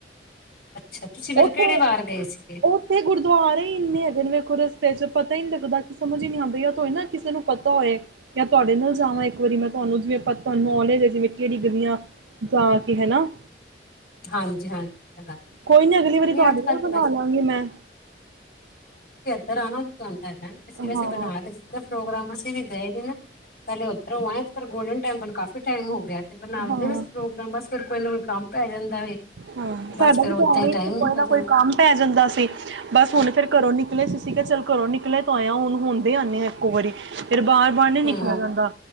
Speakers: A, on the left; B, on the right.
A: ਅੱਛਾ ਤੁਸੀਂ ਫਿਰ
B: ਉੱਥੇ
A: ਕਿਹੜੇ ਵਾਰ ਗਏ ਸੀਗੇ
B: ਉੱਥੇ ਗੁਰਦੁਆਰੇ ਹੀ ਇਨੇ ਹੈਗੇ ਨੇ ਵੇਖੋ ਰਸਤੇ ਚ ਪਤਾ ਹੀ ਨੀ ਲੱਗਦਾ ਕਿ ਸਮਝ ਹੀ ਨਹੀਂ ਆਉਂਦੀ। ਜਾਂ ਤਾਂ ਹੋਏ ਨਾ ਕਿਸੇ ਨੂੰ ਪਤਾ ਹੋਏ, ਜਾਂ ਤੁਹਾਡੇ ਨਾਲ ਜਾਵਾਂ। ਇੱਕ ਵਾਰੀ ਮੈਂ ਤੁਹਾਨੂੰ ਜਿਵੇਂ ਤੁਹਾਨੂੰ ਨੌਲੇਜ ਹੈ, ਜਿਵੇਂ ਕਿਹੜੀ ਗਲਿਆਂ ਜਾ ਕੇ ਹੈ ਨਾ।
A: ਹਾਂਜੀ- ਹਾਂਜੀ। ਤਾਂ ਗੱਲ
B: ਕੋਈ ਨੀ ਅਗਲੀ ਵਾਰੀ
A: ਨਹੀਂ
B: ਤੁਹਾਡੇ
A: ਅੱਜ
B: ਨਾਲ
A: ਕੱਲ੍ਹ
B: ਬਣਾਲਾਂਗੀ
A: ਤਾਂ ਵੈਸੇ
B: ਮੈਂ।
A: ਫਿਰ ਆਉਣਾ ਦੁਕਾਨ ਤੇ। ਅਸੀ ਵੈਸੇ
B: ਹਾਂ
A: ਬਣਾ ਰਹੇ ਸੀ ਪੋ੍ਗਰਾਮ। ਅਸੀਂ ਵੀ ਗਏ ਨੇ ਨਾ ਪਹਿਲੇ ਉੱਧਰੋਂ ਆਏ ਪਰ ਗੋਲਡਨ ਟੈਂਪਲ ਕਾਫੀ ਟਾਈਮ ਹੋ ਗਿਆ। ਤੇ ਬਣਾਉਂਦੇ
B: ਹਾਂ
A: ਵੀ ਪ੍ਰੋਗਰਾਮ ਬਸ ਫਿਰ ਕੋਈ ਨਾ ਕੋਈ। ਕੰਮ ਪੈ ਜਾਂਦਾ। ਵੇ
B: ਹਾਂ
A: ਬਸ
B: ਸਾਡਾ
A: ਫਿਰ
B: ਵੀ
A: ਓਦਾਂ
B: ਤਾਂ ਹੀ
A: ਟਾਈਮ ਨਿਕਲ
B: ਕੋਈ ਨਾ
A: ਜਾਂਦਾ
B: ਕੋਈ ਕੰਮ ਪੈ ਜਾਂਦਾ ਸੀ ਬਸ ਹੁਣ ਫੇਰ ਘਰੋਂ ਨਿਕਲੇ ਸੀ। ਠੀਕ ਹੈ ਚੱਲ ਕਰੋ ਨਿਕਲੇਿਆ ਤੋਂ ਆਏਆ ਹੁਣ ਹੁੰਦੇ ਹੀ ਆਉਦੇ ਆ ਇੱਕੋ ਵਾਰੀ। ਫਿਰ ਬਾਹਰ ਬਾਹਰ ਨੀ ਨਿਕਲਿਆ
A: ਹੂੰ
B: ਜਾਂਦਾ।